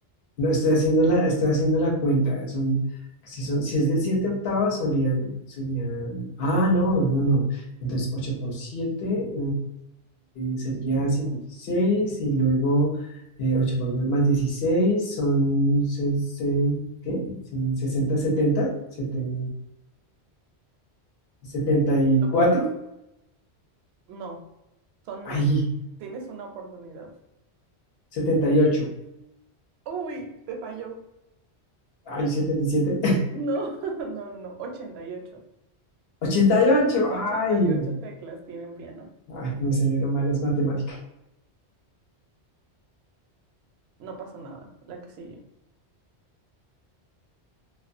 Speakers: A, on the left; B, on the right.
A: No, estoy haciendo la, estoy haciendo la cuenta. Son, si, son, si es de 7 octavas, serían, serían. Ah, no, no, no. Entonces, 8 por 7 sería 56. Y seis y luego, eh, 8 por 2 más 16 son sesenta ¿qué? Son 60, 70, 70, 74.
B: Tú puedes. No, son
A: Ahí,
B: más. Tienes una oportunidad.
A: setenta y ocho
B: Uy, te falló.
A: Ay, <laughs> 77.
B: No, <laughs> no, no, no. ochenta y ocho
A: 88.
B: ochenta
A: Ay,
B: y ocho teclas tiene un piano.
A: ay, me salieron malas matemáticas.
B: No pasa nada. La que sigue.